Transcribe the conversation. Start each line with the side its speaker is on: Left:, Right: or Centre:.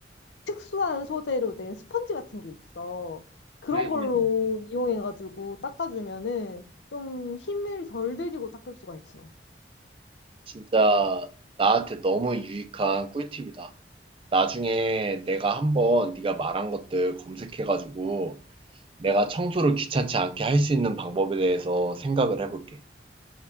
Left: 특수한 소재로 된 스펀지 같은 게 있어. 그런
Right: 음,
Left: 걸로
Right: 음.
Left: 이용해가지고 닦아주면은 좀 힘을 덜 들이고 닦을 수가 있어.
Right: 진짜 나한테 너무 유익한 꿀팁이다. 나중에 내가 한번 네가 말한 것들 검색해가지고 내가 청소를 귀찮지 않게 할 수 있는 방법에 대해서 생각을 해볼게.